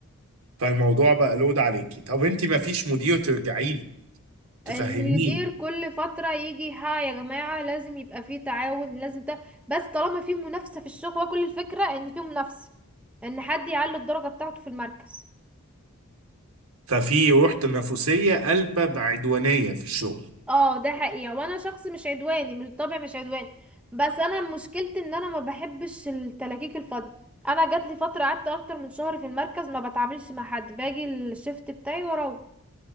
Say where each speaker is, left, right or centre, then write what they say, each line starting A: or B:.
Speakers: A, on the right (about 80°); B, in the centre.
A: فالموضوع بقى لود عليكي طب انت ما فيش مدير ترجعي له تفهمين
B: المدير كل فترة يجي ها يا جماعة لازم يبقى فيه تعاون لازم ده بس طالما فيه منافسة في الشغل وكل الفكرة ان فيه منافسة ان حد يعلي الدرجة بتاعته في المركز
A: ففي روح تنافسية قلبة بعدوانية في الشغل
B: اه ده حقيقة وانا شخص مش عدواني من الطبع مش عدواني بس انا مشكلتي ان انا ما بحبش التلاكيك الفاضية انا جات لي فترة قعدت اكتر من شهر في المركز ما بتعاملش مع حد باجي الشفت بتاعي واروح